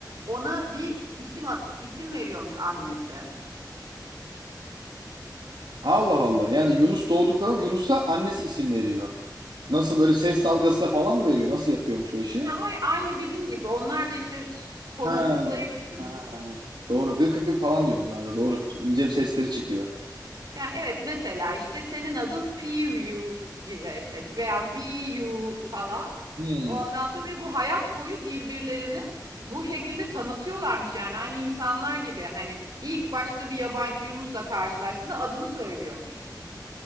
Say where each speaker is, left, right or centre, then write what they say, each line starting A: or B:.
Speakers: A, on the right; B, on the right.
A: ona bir isim at- isim veriyormuş annesi.
B: Allah Allah. Yani Yunus doğduktan sonra Yunus'a annesi isim veriyor. Nasıl böyle ses dalgasıyla falan mı veriyor? Nasıl yapıyormuş o işi?
A: Ya hayır aynı bizim gibi. Onlar da işte konuştukları
B: Ha.
A: için.
B: ha. Doğru. Gık gık gık falan diyor onlar da. Doğru. İnce bir sesleri çıkıyor.
A: Yani evet mesela işte senin adın Fiyu gibi işte veya Viyu falan.
B: Hmm.
A: Ondan sonra ve bu hayat boyu birbirlerini bu şekilde tanıtıyorlarmış yani aynı insanlar gibi hani ilk başka bir yabancı Yunus'la karşılaştığında adını söylüyormuş.